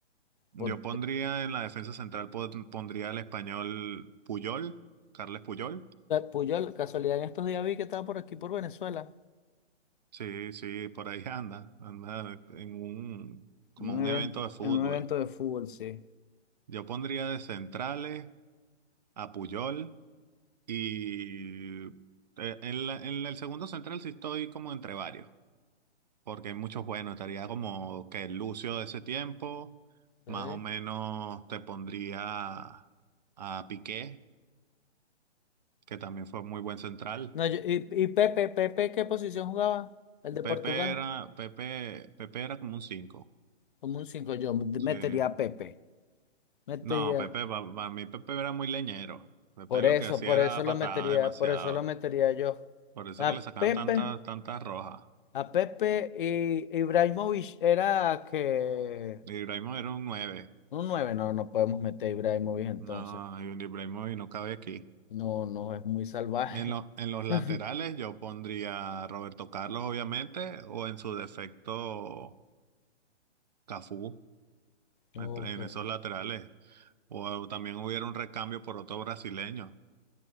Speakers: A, on the right; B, on the left.
A: Yo
B: Por,
A: pondría en la defensa central, pon- pondría al español Puyol, Carles Puyol.
B: Puyol, casualidad en estos días vi que estaba por aquí, por Venezuela.
A: Sí, sí, por ahí <laughs> anda, anda en un, como
B: Un
A: un
B: evento,
A: evento de fútbol.
B: en un evento de fútbol, sí.
A: Yo pondría de centrales a Puyol. Y eh, en la- en el segundo central sí estoy como entre varios, porque hay muchos buenos. Estaría como que Lucio de ese tiempo,
B: Ok.
A: más o menos te pondría a Piqué, que también fue muy buen central.
B: No, yo- y, y Pepe, Pepe, ¿qué posición jugaba? El de
A: Pepe
B: Portugal.
A: era, Pepe, Pepe era como un cinco
B: Como un 5 yo
A: Sí.
B: metería a Pepe. Metería.
A: No, Pepe, pa- para mí Pepe era muy leñero. Pepe
B: Por
A: lo
B: eso,
A: que hacía
B: por
A: era
B: eso
A: dar
B: lo
A: patadas
B: metería,
A: demasiado.
B: por eso lo metería yo.
A: Por eso
B: A
A: que le sacaban
B: Pepe,
A: tantas, tantas rojas.
B: a Pepe y Ibrahimovic era que
A: Ibrahimovic era un nueve
B: un 9 no, no podemos meter a Ibrahimovic entonces.
A: No, Ibrahimovic no cabe aquí.
B: No, no, es muy salvaje.
A: En, lo- en los laterales
B: <laughs>
A: yo pondría a Roberto Carlos, obviamente, o en su defecto Cafú,
B: Ok.
A: en, en esos laterales. O también hubiera un recambio por otro brasileño.